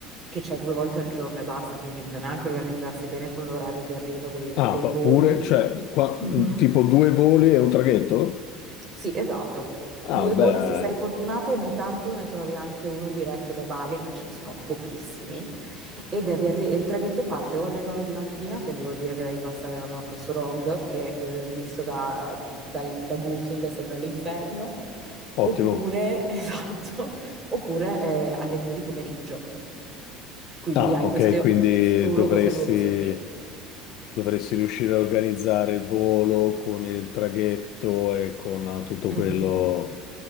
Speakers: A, on the right (about 30°); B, on the left (about 65°).
A: che c'è due volte al giorno e basta, quindi bisogna anche organizzarsi bene con l'orario di arrivo dei,
B: Ah,
A: dei
B: pa-
A: voli.
B: pure, cioè, qua-
A: Mhm.
B: mm, tipo due voli e un traghetto?
A: Sì, esatto.
B: Ah,
A: Due voli,
B: beh,
A: se sei fortunato, ogni tanto ne trovi anche uno diretto da Bali, ma ce ne sono pochissimi. E devi arri- e il traghetto parte o alle 9 di mattina, quindi vuol dire che devi passare la notte a Sorong, che eh, visto da, dal- da Booking sembra l'inferno,
B: ottimo.
A: oppure, <laughs> esatto, oppure eh, alle 2 di pomeriggio. Quindi
B: Ah,
A: hai
B: ok,
A: queste,
B: quindi
A: solo
B: dovresti,
A: queste due opzioni.
B: dovresti riuscire a organizzare il volo con il traghetto e con tutto
A: Mhm.
B: quello.